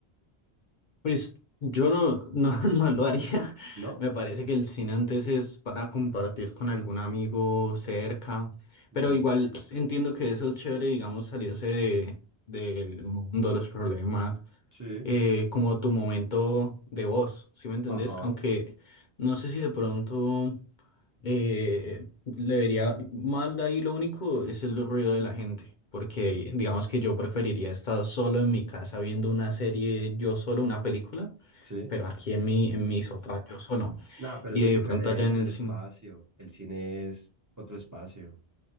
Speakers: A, on the left; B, on the right.
A: Pues yo no, no, <laughs> no lo haría.
B: ¿no?
A: Me parece que el cine antes es para compartir con algún amigo cerca.
B: Mm,
A: Pero igual entiendo que eso es chévere, digamos, salirse de, del mundo, los problemas,
B: sí,
A: eh, como tu momento de voz, ¿sí me entendés?
B: ajá.
A: Aunque no sé si de pronto. Eh, le vería mal ahí lo único es el ruido de la gente, porque digamos que yo preferiría estar solo en mi casa viendo una serie, yo solo, una película,
B: Sí.
A: pero aquí en mi, en mi sofá, yo solo,
B: Nada, pero
A: y
B: es muy diferente
A: de pronto allá en el
B: el espacio.
A: cine.
B: El cine es otro espacio.